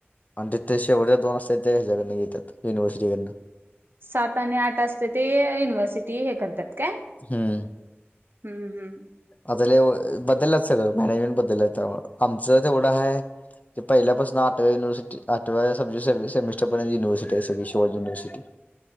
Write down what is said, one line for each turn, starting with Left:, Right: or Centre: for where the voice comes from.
Left: आणि तिथे शेवट्या दोन असतात ते ह्याच्याकडून येतात युिव्हर्सिटीकडं
Right: सात आणि आठ असते ते युनिव्हर्सिटी हे करतात काय
Left: हम्म
Right: हम्म हम्म
Left: बदल्यात सगळं नवीन बदल आहे आमचं तेवढं आहे ते पहिल्यापासून आठव्या युनवर्सिटी आठव्या सेमिटरर्यंत युनिवर्सिी सगळी शिवाज युनिवर्सिटी